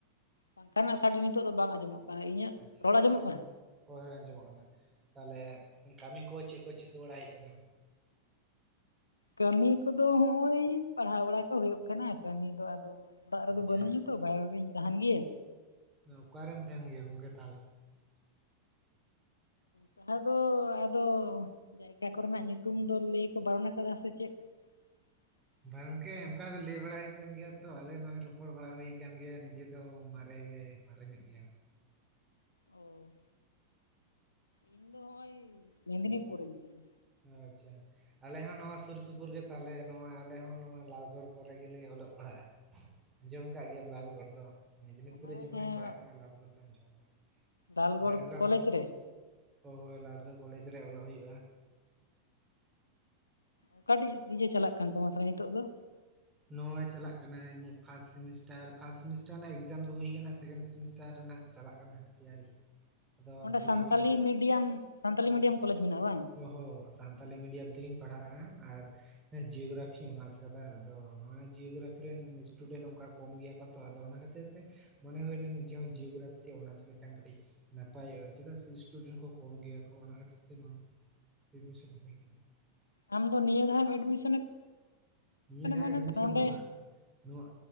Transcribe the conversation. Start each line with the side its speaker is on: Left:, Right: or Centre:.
Left: ᱯᱟᱝᱹᱠᱷᱟᱸ ᱨᱮᱹᱱᱟ ᱥᱟᱹᱰᱤ ᱱᱤᱛᱚᱼᱜ ᱫᱚ ᱵᱟᱝ ᱟᱸᱡᱚᱢᱚᱼᱜ ᱠᱟᱱᱟ ᱤᱧᱟᱹᱜ
Right: ᱟᱪᱪᱷᱟ
Left: ᱨᱚᱲᱹ ᱟᱸᱡᱚᱢᱚᱼᱜ ᱠᱟᱱᱟ
Right: ᱦᱳᱭ ᱦᱳᱭ ᱟᱸᱡᱚᱢᱚᱼᱜ ᱠᱟᱱᱟ ᱛᱟᱦᱚᱸᱞᱮ ᱠᱟᱹᱢᱤ ᱠᱚ ᱪᱮᱫ ᱠᱚ ᱪᱤᱠᱟᱹ ᱵᱟᱲᱟᱼᱭ ᱦᱩᱭᱩᱼᱜ ᱠᱟᱱᱟ
Left: ᱠᱟᱹᱢᱤ ᱠᱚᱫᱚᱹ ᱦᱚᱜ ᱚᱭ ᱯᱟᱲᱦᱟᱣ ᱵᱟᱹᱲᱟ ᱠᱚ ᱦᱩᱭᱩᱼᱜ ᱠᱟᱱᱟ ᱠᱟᱹᱢᱤ ᱫᱚ ᱟᱼᱫᱚ᱾ ᱚᱲᱟᱼᱜ ᱨᱮᱫᱚ
Right: ᱟᱪᱪᱷᱟ
Left: ᱵᱟᱹᱱᱩᱧ ᱛᱚ ᱵᱟᱭᱨᱮ ᱨᱧ ᱛᱟᱦᱮᱸᱱ ᱜᱮᱭ.
Right: ᱚᱠᱟᱨᱮᱢ ᱛᱟᱦᱮᱸᱱ ᱜᱤᱭᱟ ᱜᱚᱝᱹᱠᱮ ᱛᱟᱦᱞᱮ
Left: ᱛᱟᱦᱚᱸ ᱫᱚ ᱟᱼᱫᱚ ᱡᱟᱭᱜᱼᱟ ᱠᱚᱹᱨᱮᱱᱟᱼᱜ ᱧᱩᱛᱩᱢ ᱫᱚ ᱞᱟᱹᱭ ᱠᱚ ᱵᱟᱹᱨᱚᱱᱟᱹ ᱟᱼᱠᱟᱫᱟ ᱥᱮ ᱪᱮᱫ <inaudible>
Right: ᱵᱟᱝᱹᱠᱮ ᱚᱱᱠᱟ ᱫᱚ ᱞᱟᱹᱭ ᱵᱟᱹᱲᱟ ᱦᱩᱭᱩᱼᱜ ᱠᱟᱱ ᱜᱮᱼᱭᱟ ᱛᱚ ᱟᱼᱞᱮ ᱱᱚᱦᱚᱼᱭ ᱨᱚᱯᱚᱲᱹ ᱵᱟᱹᱲᱟ ᱦᱩᱭᱹ ᱠᱟᱱᱟᱱ ᱜᱮᱼᱭᱟ ᱱᱤᱡᱮ ᱫᱚ ᱢᱟᱨᱮᱸ ᱜᱮ ᱢᱟᱨᱮ ᱧᱚᱜ ᱜᱮᱭᱟᱢ
Left: ᱚ ᱤᱧᱚ ᱫᱚ ᱦᱚᱜᱼᱚᱭ ᱢᱮᱸᱫᱱᱤᱯᱩᱨᱚᱨᱮ ᱢᱤᱱᱟᱧᱚᱟ
Right: ᱟᱪᱪᱷᱟ ᱟᱞᱮᱦ ᱱᱚᱣᱟ ᱥᱩᱨ ᱥᱩᱯᱩᱨ ᱜᱮ ᱛᱟᱞᱮ ᱟᱞᱮ ᱦᱚᱸᱱᱚᱣᱟ ᱟᱞᱮ ᱦᱚᱸ ᱱᱚᱣᱟ ᱞᱟᱞᱜᱚᱲ ᱠᱚᱨᱮ ᱜᱮᱞᱮ ᱚᱞᱚᱜ ᱯᱟᱲᱦᱟᱜᱼᱟ ᱟᱸᱡᱚᱢ ᱟᱠᱟᱟᱜ ᱜᱮᱭᱟᱢ ᱞᱟᱞ ᱜᱚᱲ ᱫᱚ ᱢᱮᱫᱽᱱᱤᱯᱩᱨ
Left: ᱦᱮᱸ
Right: ᱨᱮ ᱡᱚᱠᱷᱚᱱᱤᱧ
Left: ᱦᱮᱸ
Right: ᱯᱟᱲᱦᱟᱜ ᱠᱟᱱᱟ ᱞᱟᱞ ᱫᱚᱢ ᱟᱡᱚᱢ ᱠᱟᱜ ᱜᱮᱭᱟ
Left: ᱰᱟᱞᱜᱚᱲ
Right: ᱡᱷᱟᱲᱜᱨᱟᱢ
Left: ᱠᱚᱞᱮᱡᱽ
Right: ᱥᱩᱨ
Left: ᱨᱮ
Right: ᱦᱚ ᱦᱚᱭ ᱞᱟᱲᱠᱟ ᱠᱚᱞᱮᱡᱽ ᱨᱮ ᱚᱞᱚᱜ ᱦᱩᱭᱩᱜᱼᱟ
Left: ᱚᱠᱟᱴᱤᱡ ᱤᱭᱟᱹ ᱪᱟᱞᱟᱜ ᱠᱟᱱ ᱛᱟᱢᱟ ᱛᱟᱦᱞᱮ ᱱᱤᱛᱚᱜ ᱫᱚ
Right: ᱱᱚᱚᱭ ᱪᱟᱞᱟᱜ ᱠᱟᱱᱟ ᱤᱧᱟᱹᱜ ᱯᱷᱟᱥᱴ ᱥᱮᱢᱤᱥᱴᱟᱨ ᱯᱷᱟᱥᱴ ᱥᱮᱢᱤᱥᱴᱟᱨ ᱨᱮᱱᱟᱜ ᱮᱠᱡᱟᱢ ᱫᱚ ᱦᱩᱭ ᱠᱟᱱᱟ ᱥᱮᱠᱮᱱᱰ ᱥᱮᱢᱤᱥᱴᱟᱨ ᱨᱮᱱᱟᱜ ᱪᱟᱞᱟᱜ ᱠᱟᱱᱟ ᱦᱟᱺ ᱛᱮᱭᱟᱨᱤ ᱟᱫᱚ
Left: ᱚᱸᱰᱮ
Right: ᱵᱷᱮᱨᱤᱯᱷᱤᱠᱮᱥ
Left: ᱥᱟᱱᱛᱟᱞᱤ ᱢᱤᱰᱤᱭᱟᱢ ᱥᱟᱱᱛᱟᱞᱤ ᱢᱤᱰᱤᱭᱟᱢ ᱠᱚᱞᱮᱡᱽ ᱢᱮᱱᱟᱜᱼᱟ ᱵᱟᱝ
Right: <unintelligible> ᱥᱟᱱᱛᱟᱲᱤ ᱢᱤᱰᱤᱭᱟᱢ ᱛᱮᱜᱮᱧ ᱯᱟᱲᱦᱟᱜᱼᱟ ᱟᱨ ᱦᱮᱸ ᱡᱤᱭᱳᱜᱨᱟᱯᱷᱤ ᱚᱱᱟᱥ ᱠᱟᱫᱟ ᱟᱫᱚ, ᱱᱚᱣᱟ ᱡᱤᱭᱳᱜᱨᱟᱯᱷᱤ ᱨᱮᱱ ᱤᱥᱴᱩᱰᱮᱱᱴ ᱚᱱᱠᱟ ᱠᱚᱢ ᱜᱮᱭᱟ ᱠᱚ ᱾ ᱛᱚ ᱟᱫᱚ ᱚᱱᱟ ᱠᱷᱟᱹᱛᱤᱨ ᱛᱮ ᱢᱚᱱᱮ ᱦᱩᱭᱮᱱᱟ ᱱᱤᱡᱮ ᱦᱚ ᱡᱤᱭᱳᱜᱨᱟᱯᱷᱤ ᱛᱮ ᱚᱱᱟᱥ ᱞᱮᱠᱷᱟᱱ ᱠᱟᱹᱴᱤᱡ ᱱᱟᱯᱟᱭᱚᱜᱼᱟ ᱪᱮᱫᱟᱜ ᱥᱮ ᱥᱴᱩᱰᱮᱱᱴ ᱠᱚ ᱠᱚᱢ ᱜᱮᱭᱟ ᱠᱚ, ᱚᱱᱟ ᱠᱷᱟᱹᱛᱤᱨ ᱛᱮ ᱱᱚᱰᱮ ᱮᱰᱢᱤᱥᱚᱱ ᱦᱩᱭ ᱠᱟᱱᱟ‌᱾
Left: ᱟᱢ ᱫᱚ ᱱᱤᱭᱟᱹ ᱫᱷᱟᱣ ᱮᱢ ᱮᱰᱢᱤᱥᱚᱱ
Right: ᱱᱤᱭᱟᱹᱴᱟᱜ
Left: ᱠᱟᱱᱟ ᱢᱟᱱᱮ
Right: ᱮᱰᱢᱤᱥᱚᱱ
Left: ᱱᱚᱰᱮ
Right: ᱫᱚ ᱵᱟ ᱱᱚᱣᱟ